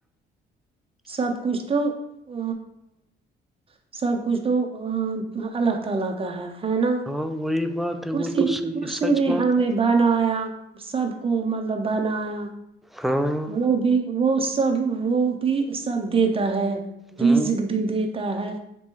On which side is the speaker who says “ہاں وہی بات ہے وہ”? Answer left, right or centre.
Centre